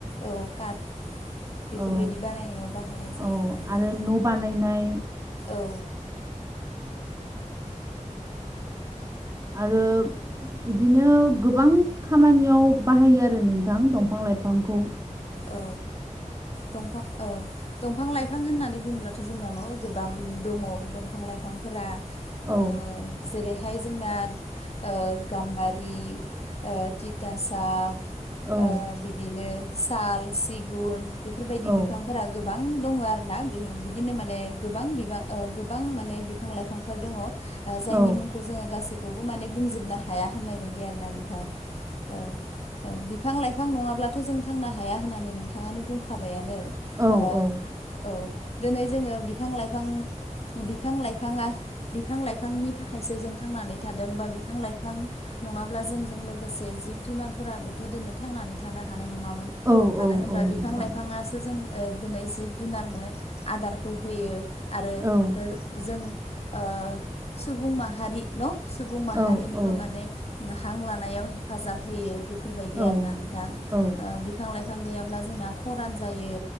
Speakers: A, on the left; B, on the right.
A: औ काट बेफोरबायदि
B: औ
A: बानायनायाव बाहायनाय जायो
B: औ
A: आरो ना नोंथां
B: न' बानायनाय
A: औ
B: आरो बिदिनो गोबां खामानियाव बाहायो आरो नोंथां दंफां लाइफांखौ
A: औ दंफां औ दंफां लाइफां होननानै बुंङोब्लाथ' जोंना न' गोबां दङ दंफां लाइफांफोरा
B: औ
A: ओ जेरै बेहाय जोंना ओ गाम्बारि ओ तिथासाफ ओ
B: औ
A: बिदिनो साल सिगुन बेफोरबायदि
B: औ
A: बिफां फोरा गोबां दङ आरोना बिदिनो माने गोबां बिबां ओ गोबां माने बिफां लाइफांफोर दङ जायनि
B: औ
A: मुं खौ जोङो गासैखौबो माने बुंजोबनो हाया होननाय बायदि आरोना नों औ औ औ बिफां लाइफां नङाब्लाथ' जों थांनो हाया होननानै नोंथाङानो बुंखाबायानो
B: औ
A: ओ
B: औ
A: औ दिनै जोङो बिफां लाइफां बिफां लाइफाङा बिफां लाइफांनि थाखायसो जों थांनानै थादों बा बिफां लाइफां नङाब्ला जोंजों लोगोसे जिब जुनारफोराबोथ' दिनै थांनानै थानो हानाय नङामोन
B: औ औ
A: मानो होनबा
B: औ नोंथां
A: बिफां लाइफाङासो जों ओ दिनै जिब जुनारनो आदारखौ होयो आरो
B: औ
A: ओ जों ओ सुबुं माहारि न' सुबुं माहारिनोबो
B: औ औ
A: माने हां लानायाव हेफाजाब होयो बेफोरबायदि
B: औ
A: आरोना नोंथां ओ
B: औ
A: बिफां ला लाइफां गैयाब्ला जोंना खरान जायो